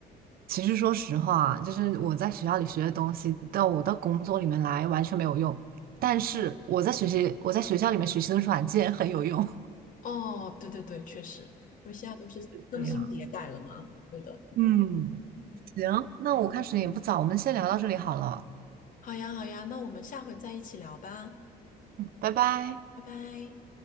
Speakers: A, on the right; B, on the left.
A: 其实说实话，就是我在学校里学的东西，到我到工作里面来完全没有用。但是我在学习，我在学校里面学习的软件很有用。
B: 哦，对对对，确实，因为现在都是更新迭代了嘛，
A: 对呀，
B: 对的。
A: 嗯，行，那我看时间也不早，我们先聊到这里好了，
B: 好呀，好呀，那我们下回再一起聊吧，
A: 拜拜。
B: 拜拜。